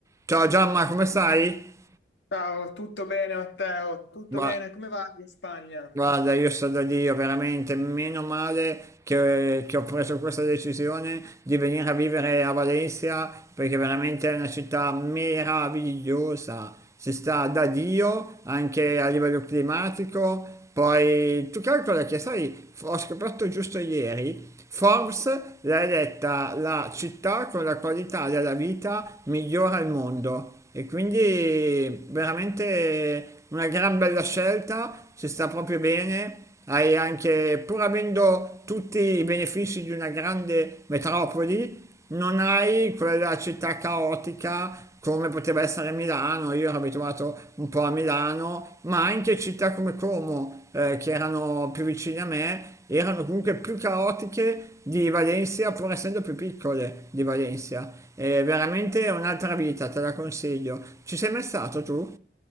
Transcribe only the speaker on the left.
Ciao, tutto bene Matteo? Tutto
bene? Come va in Spagna?